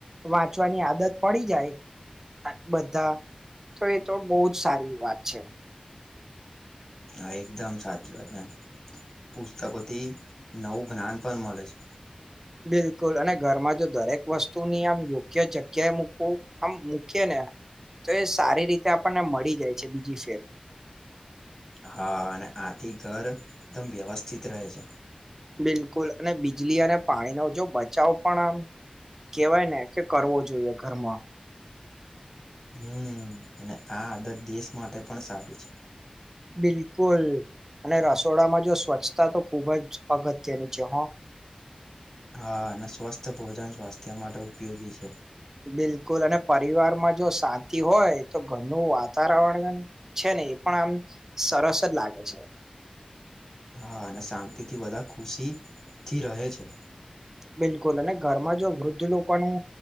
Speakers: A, on the right; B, on the left.
A: વાંચવાની આદત પડી જાય. બધા તો એ તો બહજ સારી વાત છે.
B: હા, એકદમ સાચી વાત ને પુસ્તકોથી નવુ જ્ઞાન પણ મળે છે.
A: બિલકુલ, અને ઘરમા જો દરેક વસ્તુની આમ યોગ્ય જગ્યાએ મૂકવું આમ મૂકી ને તો એ સારી રીતે આપણને મળી જાય છે, બીજી ફેર
B: હા, અને આથી ઘર એકદમ વ્યવસ્થિત રહે છે.
A: બિલકુલ અને બીજલી અને પાણીનો જો બચાવ પણ આમ કેવાય ને, કે કરવો જોઈએ ઘરમાં
B: હમ, અને આ આદત દેશ માટે પણ સારી છે.
A: બિલકુલ. અને રસોડામા જો સ્વચ્છતા તો ખૂબ જ અગત્યની છે હ.
B: હા, અને સ્વસ્થ, ભોજન સ્વાસ્થ્ય માટે ઉપયોગી છે.
A: બિલકુલ અને પરિવારમા જો શાંતિ હોય, તો ઘરનું વાતાવરણ છે. એ પણ આમ સરસ જ, લાગે છે.
B: હા, અને શાતિથી બધા ખુશીથી રહે છે.
A: બિલકુલ અને ઘરમા જો વૃદ્ધ લોકોનું